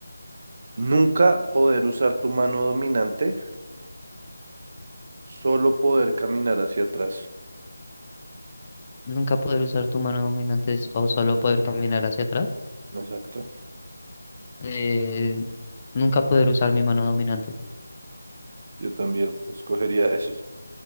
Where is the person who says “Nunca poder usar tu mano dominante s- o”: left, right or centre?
Left